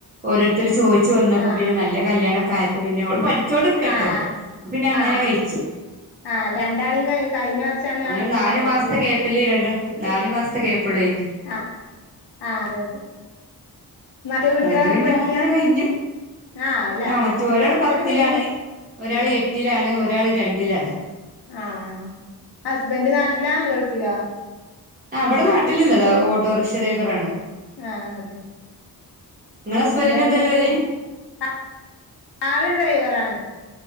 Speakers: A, on the right (about 20°); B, on the left (about 85°).
A: ഓരോരുത്തർ ചോദിച്ചു വന്നപ്പോ
B: ആഹ്
A: പിന്നെ നല്ല കല്യാണം ആയപ്പ പിന്നെ ഓള് പഠിച്ചോണ്ടികേട്ടോ
B: ആഹ്
A: അപ്പ പിന്നെ അങ്ങനെ
B: ആഹ്
A: കയിച്ചു
B: ആഹ് രണ്ടാളെയും കഴി കഴിഞ്ഞ വർഷാന്ന്
A: അങ്ങനെ
B: പറഞ്ഞപ്പോ
A: നാലു
B: ഞാനേ
A: മാസത്തെ ഗേപ്പില് രണ്ട്
B: ചോദിച്ച്
A: നാലു മാസത്തെ ഗേപ്പുള്ളേനി
B: ആഹ് ആഹ് അതെ അതെ മറ്റേ കുട്ടികളൊക്കെ
A: അതോണ്ട് പിന്നെ
B: പഠിക്കാ
A: അത് അങ്ങനെ കയിഞ്ഞു
B: ആഹ് അല്ല
A: മാ മറ്റ്
B: ഓരോരുത്തര്
A: ഒരാൾ പത്തിലാണ്
B: കഴിഞ്ഞ
A: ഒരാൾ
B: ആഹ്
A: എട്ടിലാണ് ഒരാൾ രണ്ടിലാണ്
B: ആഹ് ഹസ്ബന്റ് നാട്ടിലാ ഗൾഫിലാ
A: ആഹ് ഇവട നാട്ടിലുള്ളതാ ഓട്ടോറിക്ഷ ഡൈവറാണ്
B: ആഹ് അതെ
A: നിങ്ങളെ ഹസ്ബന്റിന്
B: എന്താന്നക്കൂ
A: എന്താ ജോലി
B: അഹ് ആള് ഡ്രൈവർ ആണ്